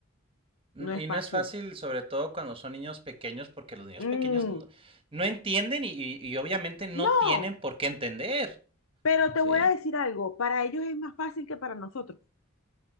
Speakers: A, on the right; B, on the left.
A: No-
B: no es
A: Y no
B: fácil.
A: es fácil, sobre todo cuando son niños pequeños, porque los niños
B: Mm,
A: pequeños no, no entienden y, y- y obviamente no
B: no,
A: tienen por qué entender,
B: pero te
A: ¿sí?
B: voy a decir algo, para ellos es más fácil que para nosotros.